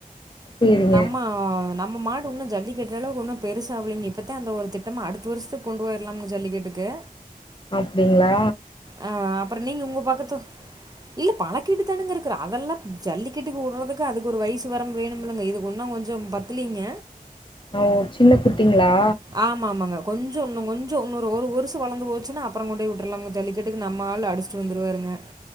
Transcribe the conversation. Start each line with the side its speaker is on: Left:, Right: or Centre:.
Left: சரிங்க
Right: நம்ம ஆ நம்ம மாடு உன்னு ஜல்லிக்கட்டு அளவுக்கு உன்னு பெருசா ஆவ்லிங்க இப்பத அந்த ஒரு திட்டமா அடுத் வர்ஷத்திக் கொண்டுவோய்லாம்க ஜல்லிக்கெட்டுக்கு
Left: அப்டிங்ளா
Right: ஆ அப்பற நீங்க உங்க பக்கத்து இல்ல பழக்கீட்டு தானுங்க இருக்கிறோ அதெல்லா ஜல்லிக்கெட்டுக்கு உட்றதுக்கு அதுக்கு ஒரு வய்ஸ் வரம்பு வேணுமில்லங்க இதுக் உன்னோ கொஞ்சம் பத் தில்லீங்க
Left: ஓ சின்ன குட்டிங்ளா
Right: ஆமா ஆமாங்க கொஞ்ச உன்னு கொஞ்ச உன்னொரு ஒரு வருஷோ வளந்து போச்சுனா அப்பறோ கொண்டோய் வுட்ருலாம்ங்க ஜல்லிக்கட்டுக்கு நம்மாளு அடிச் சு வந்துருவாருங்க